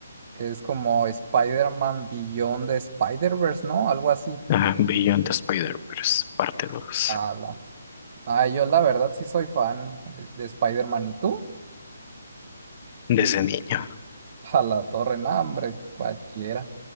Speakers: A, on the right; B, on the left.
A: es como Spider-Man Beyond the Spider-Verse, ¿no? Algo así.
B: Ajá, Beyond the Spider-Verse, parte dos
A: Ala. Ah, yo la verdad sí soy fan eh, de Spider-Man, ¿y tú?
B: Desde niño,
A: A la torre, no, hombre, cualquiera.